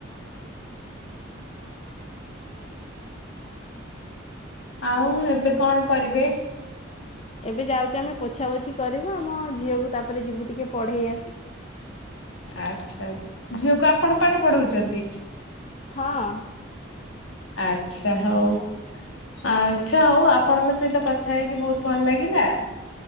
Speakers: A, on the left (about 30°); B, on the left (about 80°).
A: <inaudible>
B: ଆଉ ଏବେ କଣ କରିବେ?
A: ଏବେ ଯାଉଛେ ଆମେ ପୋଛା ପୋଛି କରିବୁ ଆମ ଝିଅକୁ ତାପରେ ଯିବୁ ଟିକେ ପଢେଇବାକୁ।
B: ଆଛା ଝିଅକୁ ଆପଣ ପାଠ ପଢଉଛନ୍ତି?
A: ହଁ।
B: ଆଚ୍ଛା ହଉ। ଆଚ୍ଛା ହଉ ଆପଣଙ୍କ ସହିତ କଥା ହେଇକି ବହୁତ ଭଲ ଲାଗିଲା।